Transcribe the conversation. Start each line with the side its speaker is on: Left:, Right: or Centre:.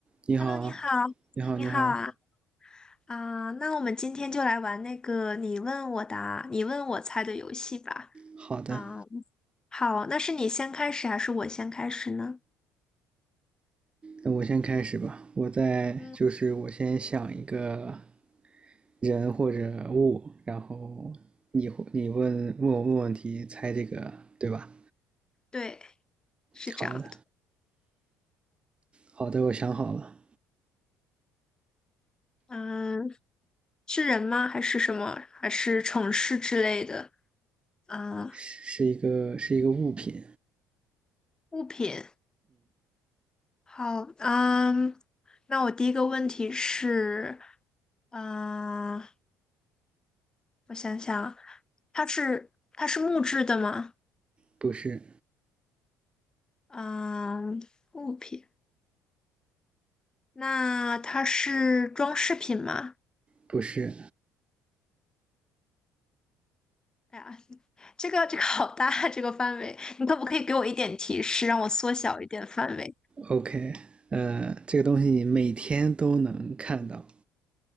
Right: 你好，
Left: Hello，你好，
Right: 你好，
Left: 你好啊，
Right: 你好，
Left: 啊、那我们今天就来玩那个你问我答，你问我猜的游戏吧。
Right: 好的，
Left: 啊、好，那是你先开始还是我先开始呢？
Right: 那我先开始吧。我在就是我先想一个
Left: 嗯，
Right: 人或者物，然后你你问问我问问题，猜这个对吧？
Left: 对，是这样的。
Right: 好的，好的，我想好了，
Left: 嗯，是人吗？还是什么？还是城市之类的？嗯，
Right: 是是一个是一个物品，
Left: 物品。好，嗯，那我第一个问题是，嗯，我想想啊，它是它是木质的吗？
Right: 不是
Left: 嗯，物品。那它是装饰品吗？
Right: 不是
Left: 哎呀，这个这个好大啊这个范围，你可不可以给我一点提示，让我缩小一点范围？
Right: ，OK，呃，这个东西你每天都能看到，